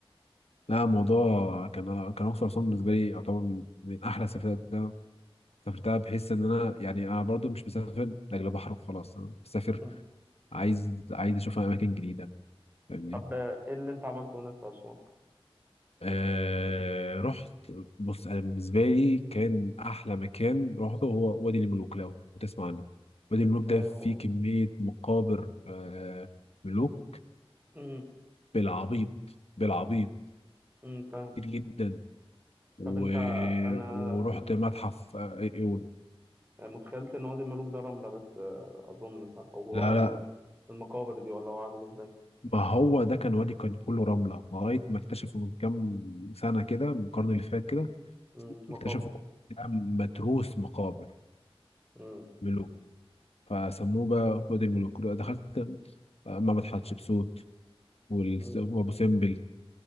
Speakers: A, on the left (about 80°); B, on the right (about 20°).
A: لا الموضوع كان كان اقصر اسوان بالنسبه لي يعتبر من من احلى السفرات اللي انا سافرتها بحيث ان انا يعني انا برضو مش مسافر لاجل بحر وخلاص انا مسافر
B: مم.
A: عايز عايز اشوف اماكن جديده فاهمني؟
B: طب ايه اللي انت عملته هناك في اسوان؟
A: آه رحت بص انا بالنسبه لي كان احلى مكان رحته هو وادي الملوك لو تسمع عنه وادي الملوك
B: آه،
A: ده فيه كميه مقابر آه ملوك
B: امم
A: بالعبيط بالعبيط
B: امم فاهم
A: كتير جدا و...
B: طب انت انا
A: ورحت متحف آه، ايون
B: يعني متخيلت ان وادي الملوك ده رملة بس آه، اظن صح وجواها
A: لا
B: ال-
A: لا
B: المقابر دي ولا هو عامل ازاي
A: ما هو ده كان وادي كان كله رمله لغايه ما اكتشفوا من كام سنه كده من القرن اللي فات كده
B: امم مقابر
A: اكتشفوا ده متروس مقابر
B: امم
A: ملوك فسموه بقى وادي الملوك دخلت آه، معبد حتشبسوت وال-
B: امم
A: وابو سمبل